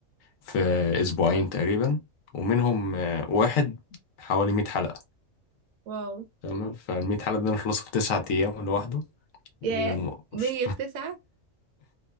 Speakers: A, on the left; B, on the right.
A: في اسبوعين تقريبا ومنهم آه، واحد حوالي 100 حلقه
B: واو
A: تمام فالمية حلقة دي أنا خلصت في تسعة أيام لوحده و...
B: ياه مية
A: وش-
B: في تسعة